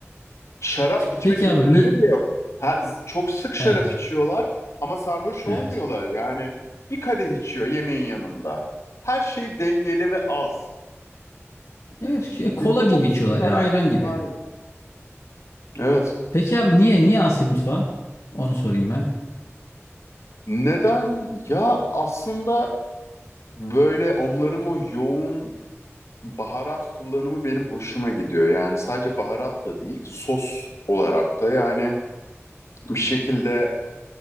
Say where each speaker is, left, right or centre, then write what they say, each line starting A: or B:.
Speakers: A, on the left (about 70°); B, on the left (about 85°).
A: Şarap içme
B: Peki
A: kültürleri
B: abi niye?
A: bile yok. Ha, z- çok sık şarap
B: Evet.
A: içiyorlar ama sarhoş
B: Evet.
A: olmuyorlar. Yani bir kadeh içiyor yemeğin yanında. Her şey dengeli ve az.
B: Evet şey, kola
A: Bizde
B: gibi
A: bokunu
B: içiyorlar
A: çıkartma
B: ya ayran
A: durumu
B: gibi.
A: var. Evet.
B: Peki abi niye niye Asya mutfağı? Onu sorayım ben.
A: Neden? Ya aslında böyle onların o yoğun baharat kullanımı benim hoşuma gidiyor. Yani sadece baharat da değil, sos olarak da yani bir şekilde